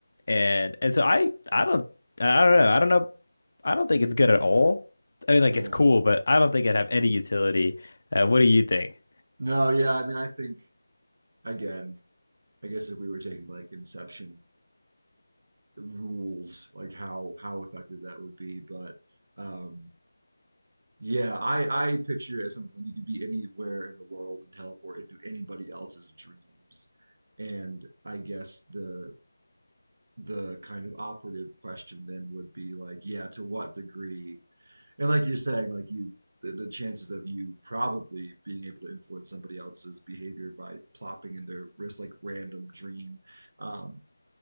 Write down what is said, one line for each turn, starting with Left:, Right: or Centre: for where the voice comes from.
Left: And and so I I don't I don't know. I don't know. I don't think it's good at all. I mean, like
Right: Yeah.
Left: it's cool, but I don't think it'd have any utility. Uh, what do you think?
Right: no, yeah, I mean I think again, I guess if we were taking like Inception rules, like how how effective that would be. But um, yeah, I I picture it as something like you could be anywhere in the world and teleport into anybody else's dreams. And I guess the the kind of operative question then would be like, yeah, to what degree? And like you're saying, like you the, the chances of you probably being able to influence somebody else's behavior by plopping in their wrist like random dream um,